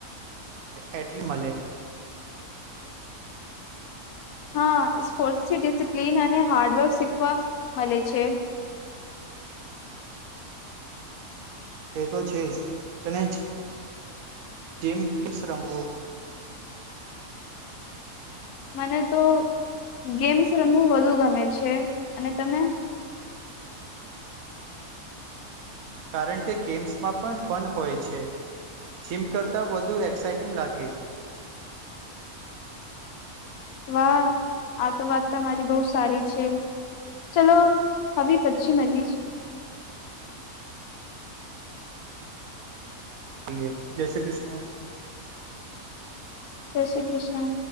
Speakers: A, on the right; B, on the left.
A: કે એટલું મલે
B: હા સ્પોર્ટ્સથી ડિસિપ્લિન અને હાર્ડવર્ક શીખવા મલે છે.
A: તે તો છે જ તને જ ટીમ કુશ રમવો
B: મને તો ગેમ્સ રમવું વધુ ગમે છે અને તમે
A: કારણ કે ગેમ્સમાં પણ ફન હોય છે જીમ કરતા વધુ એક્સાઈટિંગ લાગે
B: વાહ આ તો વાત તમારી બહુ સારી છે ચલો હવે પછી મલીસ
A: એ જય શ્રી ક્રિષ્ન
B: જય શ્રી કૃષ્ણ